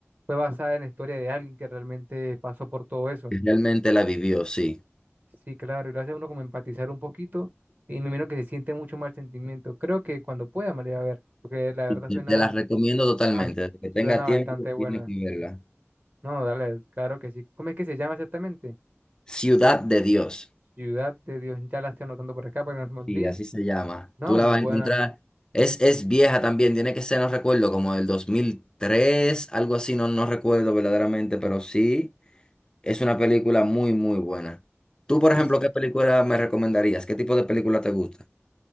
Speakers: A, on the right; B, on the left.
A: fue basada en la historia de alguien que realmente pasó por todo eso.
B: Realmente la vivió, sí.
A: Sí, claro, y lo hace a uno como empatizar un poquito y me imagino que se siente mucho más el sentimiento. Creo que cuando pueda me la voy a ver, porque la verdad
B: Y Te,
A: suena,
B: te la recomiendo totalmente.
A: bas-
B: Desde que tenga
A: suena
B: tiempo,
A: bastante buena.
B: tienes que verla.
A: No, dale, claro que sí. ¿Cómo es que se llama exactamente?
B: Ciudad de Dios,
A: Ciudad de Dios, ya la estoy anotando por acá para que no se me olvide.
B: sí así se llama.
A: No,
B: Tú la
A: muy
B: vas
A: buena.
B: a encontrar. Es, es vieja también, tiene que ser, no recuerdo, como del 2003 algo así, no, no recuerdo verdaderamente, pero sí, es una película muy, muy buena. Tú, por
A: Sí,
B: ejemplo, ¿qué película me recomendarías? ¿Qué tipo de película te gusta?